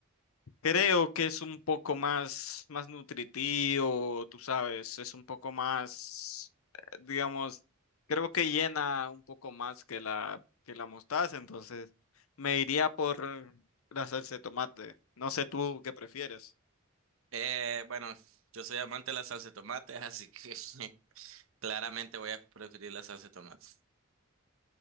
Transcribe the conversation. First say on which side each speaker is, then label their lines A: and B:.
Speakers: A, on the left (about 75°); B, on the right (about 70°).
A: Creo que es un poco más, más nutritivo, tú sabes, es un poco más, eh, digamos, creo que llena un poco más que la, que la mostaza, entonces me iría por la salsa de tomate. No sé tú qué prefieres.
B: Eh, bueno, yo soy amante de la salsa de tomate, así que <laughs> claramente voy a preferir la salsa de tomate.